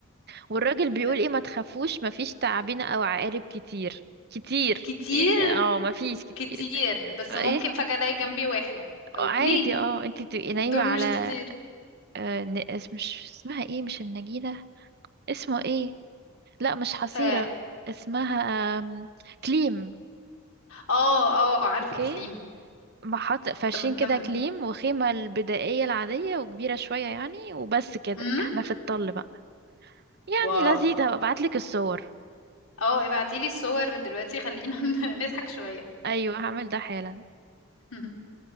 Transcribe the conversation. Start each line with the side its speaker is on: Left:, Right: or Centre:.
Right: والراجل بيقول
Left: لا،
Right: ايه ما تخافوش مفيش تعابين او عقارب كتير كتير
Left: كتير
Right: اه مفيش كتير
Left: كتير
Right: <laughs>
Left: بس
Right: ايه
Left: ممكن فجأة الاقي جنبي واحد او
Right: عادي
Left: اتنين
Right: اه انتي تبقي نايمة
Left: دول
Right: على
Left: مش كتير
Right: آه، ن- اس- مش اسمها ايه مش النجيلة اسمه ايه لا مش حصيرة
Left: اه
Right: اسمها آم، كليم
Left: اه آه، عارفة
Right: اوكي
Left: الكليم
Right: محط فرشين
Left: ده
Right: كده
Left: ده
Right: كليم وخيمة البدائية العادية وكبيرة شوية يعني وبس كده
Left: امم
Right: احنا في الطل بقى يعني
Left: واو
Right: لذيذ هبقى ابعتلك الصور
Left: اه ابعتيلي الصور دلوقتي خلينا <laughs> نضحك شوية
Right: ايوه هعمل ده حالا
Left: <laughs>